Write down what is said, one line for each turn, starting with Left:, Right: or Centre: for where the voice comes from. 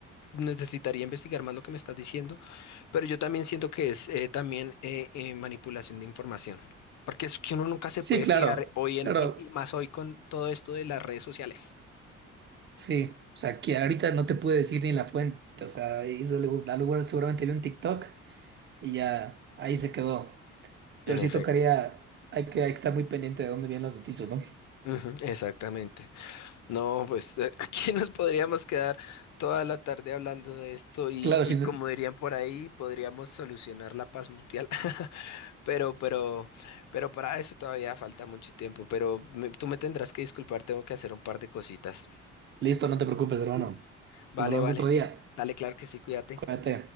Left: necesitaría investigar más lo que me estás diciendo, pero yo también siento que es eh, también eh, eh, manipulación de información, porque es que uno nunca se
Right: Sí,
Left: puede
Right: claro.
Left: fiar hoy en,
Right: Pero
Left: y, y más hoy con todo esto de las redes sociales.
Right: sí. O sea, que ahorita no te puedo decir ni la fuente. O sea, hizo algo, algo- bueno, seguramente vio un TikTok y ya ahí se quedó.
Left: En
Right: Pero
Left: efecto.
Right: sí tocaría, hay que, hay que estar muy pendiente de dónde vienen las noticias, ¿no?
Left: Ujú, exactamente. No, pues eh, <laughs> aquí nos podríamos quedar toda la tarde hablando de esto y,
Right: Claro,
Left: y
Right: sí.
Left: como dirían por ahí, podríamos solucionar la paz mundial. <laughs> Pero, pero, pero para eso todavía falta mucho tiempo. Pero me- tú me tendrás que disculpar, tengo que hacer un par de cositas.
Right: Listo, no te preocupes, hermano.
Left: Vale,
Right: Nos hablamos
Left: vale.
Right: otro día.
Left: Dale, claro que sí, cuídate.
Right: Cuídate.